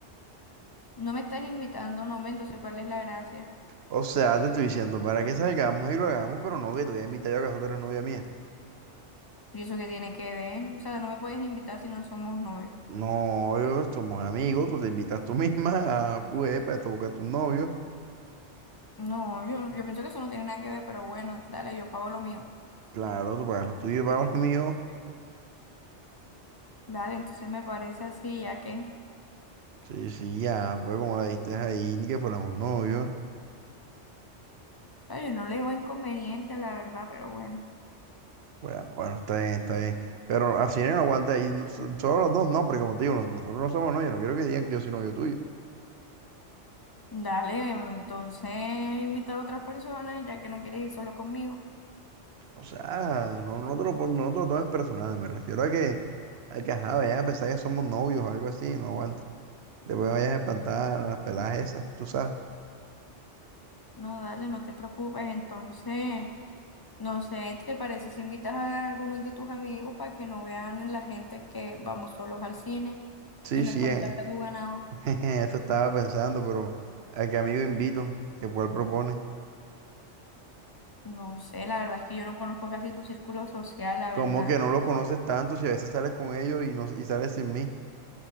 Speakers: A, on the left; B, on the right.
A: no me estás invitando, no me, entonces ¿cuál es la gracia?
B: O sea, te estoy diciendo para que salgamos y lo hagamos, pero no que te voy a invitar yo, acaso tú eres novia mía.
A: ¿Y eso qué tiene que ver? O sea, no me puedes invitar si no somos novios.
B: No, yo- somos amigos, tú te invitas tú <laughs> misma a Puepa, esto buscar a tu novio.
A: No, yo, yo pienso que eso no tiene nada que ver, pero bueno, dale, yo pago lo mío.
B: Claro, tú pagas lo tuyo, yo pago lo mío.
A: Dale, entonces me parece así, ya que,
B: Sí, sí, ya, pues como la diste ahí, ni que fuéramos novios.
A: claro, yo no le veo inconveniente, la verdad, pero bueno.
B: Bueno, bueno, está bien, está bien. Pero así no aguanta ahí, no so- solo los dos no, porque como te digo, nos- nosotros no somos novios, no quiero que digan que yo soy novio tuyo.
A: Dale, entonces invita a otras personas ya que no quieres ir solo conmigo.
B: O sea, no, no te lo, pon- no no te lo tomes personal, me refiero a que, a que, ajá, vayan a pensar que somos novios o algo así, no aguanta. Después me vayas a espantar a las peladas esas, tú sabes.
A: No, dale, no te preocupes. Entonces, no sé, ¿te parece si invitas a algunos de tus amigos para que no vean la gente que vamos solos al cine
B: Sí,
A: y no
B: sí,
A: espantarte
B: eh.
A: a tu ganado?
B: <laughs> Eso estaba pensando, pero ¿a qué amigo invito? ¿Qué cuál propone?
A: No sé, la verdad es que yo no conozco casi tu círculo social, la
B: ¿Cómo
A: verdad.
B: que no lo conoces tanto si a veces sales con ellos y, no, y sales sin mí?